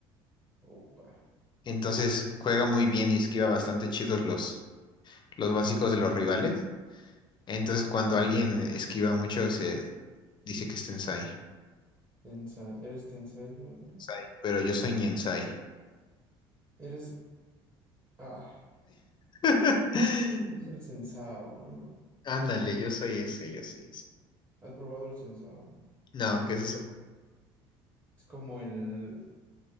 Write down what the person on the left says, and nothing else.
Entonces juega muy bien y esquiva bastante chidos los, los básicos de los rivales. Entonces cuando alguien esquiva mucho se dice que es Tensai.
Sai, Pero yo soy Niensai.
<laughs>
Ándale, yo soy ese, yo soy ese.
No, ¿qué es eso?